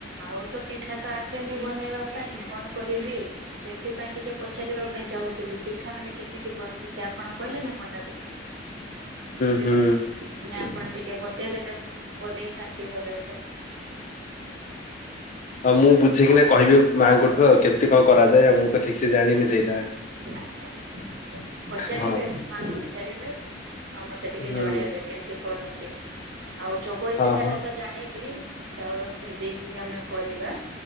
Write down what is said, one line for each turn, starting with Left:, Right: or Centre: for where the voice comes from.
Right: ଆଉ ତ ପିଠା ତ ଆସେନି ବନେଇବା ପାଇଁ କଣ କରିବି ମୁଁ ସେଇଥିପାଇଁ ଟିକେ ପଚାରିବା ପାଇଁ ଚାହୁଁଥିଲି ପିଠା ମାନେ କେମି ତି କରନ୍ତି? ସେ ଆପଣ କହିଲେ ନା ମଣ୍ଡା ପିଠା, ମୁଁ ସେଇଟା
Left: ହୁଁ
Right: ନା ଆପଣ ଟିକେ ବତେଇଦେଲେ ମୁଁ ବନେଇଥାନ୍ତି ଘରେ ହେଲେ।
Left: ଆଉ ମୁଁ ବୁଝିକିନା କହିବି ମାଆଙ୍କଠୁ ଆଉ କେମିତି କଣ କରାଯାଏ ଆଉ। ମୁଁ ତ ଠିକ ସେ ଜାଣିନି ସେଇଟା।
Right: ଆଜ୍ଞା। <unintelligible> ପଚାରିବେ
Left: ହଁ
Right: ମାଆଙ୍କୁ ପଚାରିବେ ଆଉ ମତେ ଟିକେ
Left: ହୁଁ
Right: ଜଣେଇବେ କେମତି କରନ୍ତି। ଆଉ ଚକୁଳି
Left: ହଁ
Right: ପିଠା
Left: ହଁ
Right: ଟା ତ ଜାଣିଲି ଚାଉଳକୁ ଭେଦେଇକି ଆମେ କରିବା।